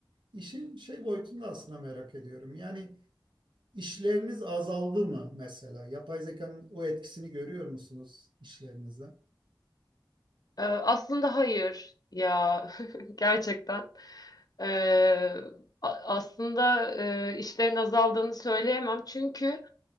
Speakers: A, on the right; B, on the left.
A: İşin şey boyutunda aslında merak ediyorum. Yani işleriniz azaldı mı mesela? Yapay zekanın o etkisini görüyor musunuz işlerinizde?
B: Ee, aslında hayır ya <laughs> gerçekten. Ee, a- aslında e, işlerin azaldığını söyleyemem çünkü